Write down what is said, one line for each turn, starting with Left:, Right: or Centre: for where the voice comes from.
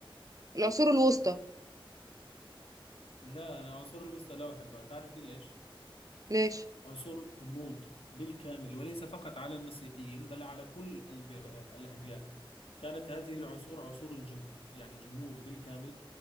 Right: العصور الوسطى
Left: لا أنا العصور الوسطى لا أحبها تعرفي ليش؟
Right: ليش؟
Left: عصور الرموز بالكامل وليس فقط على المسيحيين بل على كل الب- الأديان كانت هذه العصور عصور الجهد يعني جمود بالكامل